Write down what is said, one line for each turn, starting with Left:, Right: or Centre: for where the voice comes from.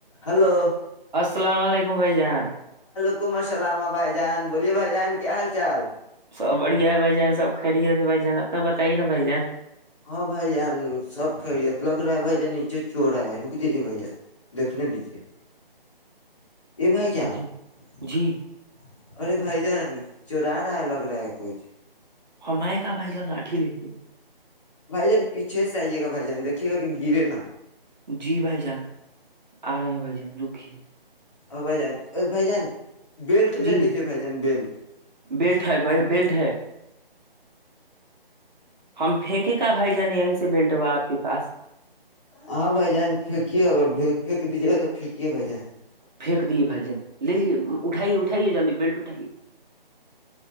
Left: Hello <unintelligible>
Right: السل علیکم <inaudible> ک بائی جان <unintelligible>
Left: حلکم السلام بھائی جان بولیے بھائی جان کیا حال چال <unintelligible>
Right: سب بڑھیا ہے بھائی جان سب کھرییے تھے بائی جان اپنا بتائیے نا بائی جان <unintelligible>
Left: ہاں بائی جان سب خھریی لگ رہا ہے بائی جان نیچے چور آا رک جائیے بائی جان دیکنے دیجیے <unintelligible> ا بھائی چار
Right: دیکھیے جی
Left: <unintelligible> ارے بھائی جان چرا رہا ہے لگ رہا ہے کچھ <unintelligible>
Right: ہمائے کا بھائی جن لاٹھی لپی <unintelligible>
Left: بھائی جان پیچھے سے آئیے گا بھائی جان دیکھیے گا کہ گرے نا <unintelligible>
Right: جی بھائی جان آرام بھائی جان رکھی <unintelligible>
Left: اور بھ جان بھ جان بیلٹ لے
Right: جی
Left: لیجے بھائی جان بیلٹ <unintelligible>
Right: بیلٹ ہے بھائی بیلٹ ہے ہم پھینکے کا بھائی جان یہیں سے بیلٹ ہوا آپ کے پاس
Left: ہاں بھائی جان پھیکے ا <inaudible> پھییکک دیجیے تو پھینکیے بھ جانیں <unintelligible>
Right: پھینک دیے بھجن لے لیے اٹھائیے اٹھائیے جلدی بیلٹ اٹھائیے <unintelligible>